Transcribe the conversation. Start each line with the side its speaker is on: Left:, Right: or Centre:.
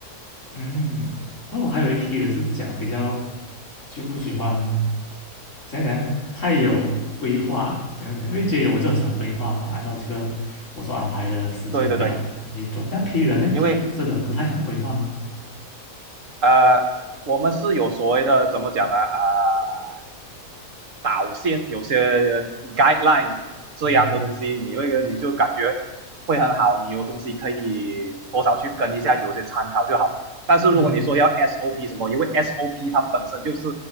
Left: 嗯，那我还有一批人是讲比较就不喜欢讲讲太有规划，讲讲，因为 J 人我就很喜欢规划嘛，按照这个我所安排的时间表去做。
Right: 对对对，
Left: 那 P 人呢，就真的不太想规划吗？
Right: 因为呃，我们是有所谓的怎么讲呢？啊、导线，有些 guideline 这样的东西，
Left: 嗯
Right: 你会你就感觉会很好，你有东西可以多少去跟一下，有些参考就好。但是如果你说要
Left: 嗯
Right: SOP 什么，因为 SOP 它本身就是